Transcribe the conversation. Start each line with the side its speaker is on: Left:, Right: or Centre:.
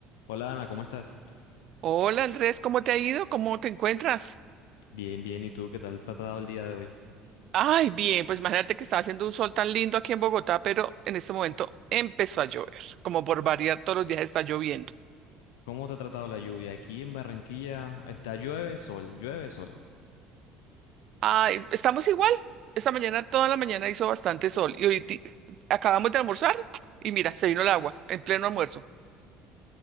Left: Hola Ana, ¿cómo estás?
Right: Hola Andrés, ¿cómo te ha ido? ¿Cómo te encuentras?
Left: Bien, bien. ¿Y tú qué tal te ha tratado el día de hoy?
Right: Ay, bien, pues imagínate que estaba haciendo un sol tan lindo aquí en Bogotá, pero en este momento empezó a llover. Como por variar, todos los días está lloviendo.
Left: ¿Cómo te ha tratado la lluvia? Aquí en Barranquilla está llueve, sol, llueve, sol.
Right: Ay, estamos igual. Esta mañana, toda la mañana hizo bastante sol y ahorita acabamos de almorzar y mira, se vino el agua en pleno almuerzo.